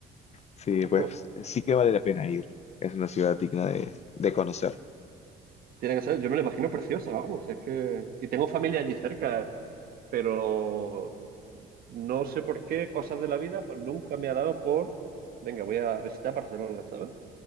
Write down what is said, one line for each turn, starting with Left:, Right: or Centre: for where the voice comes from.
Left: Sí,
Right: <laughs>
Left: pues sí que vale la pena ir. Es una ciudad digna de, de conocer.
Right: Tiene que ser, yo me la imagino preciosa, vamos. si es que, y tengo familia allí cerca. pero no sé por qué, cosas de la vida, pues nunca me ha dado por, venga, voy a visitar Barcelona, ¿sabes?